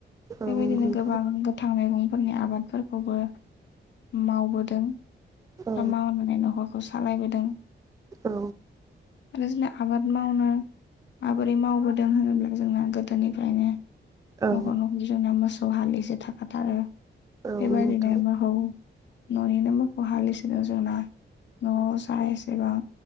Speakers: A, on the right (about 20°); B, on the left (about 70°).
A: औ
B: बेबायदिनो
A: नंगौ नोंथां
B: गोबां गोथां मैगं फोरनि आबादफोरखौबो मावबोदों
A: औ
B: बा मावनानै नखर खौ सालायबोदों
A: औ
B: आरो जोंना आबाद मावनो माबोरै मावबोदों होनोब्ला जोंना गोदोनिफ्रायनो
A: औ
B: न'खर न'खर जोंनाया मोसौ हालिसो थाखाथारो।
A: नंगौ
B: बे बादिनो
A: नोंथां
B: <unintelligible> न'निनो मोखौ हालिसेजों जोंना न'आव जा एसेबां